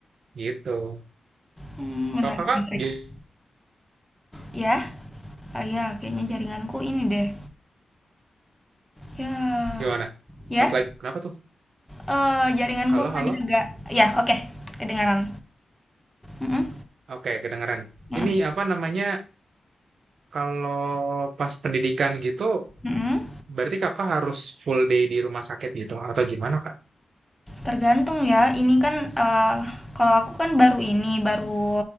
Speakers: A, on the right (about 70°); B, in the centre.
A: Gitu.
B: Hmm, menarik,
A: Kalau kakak
B: menarik.
A: gi-
B: Ya, oh ya, kayaknya jaringanku ini deh. Ya,
A: gimana?
B: ya,
A: Pas lagi, kenapa tuh?
B: eh jaringanku
A: Halo, halo?
B: tadi agak, ya, oke, kedengaran. Mm-mm,
A: Oke, kedengeran.
B: mm-mm,
A: Ini apa namanya, kalau pas pendidikan gitu,
B: mm-mm.
A: berarti kakak harus full day di rumah sakit gitu? Atau gimana, Kak?
B: Tergantung ya. Ini kan eh, kalau aku kan baru ini, baru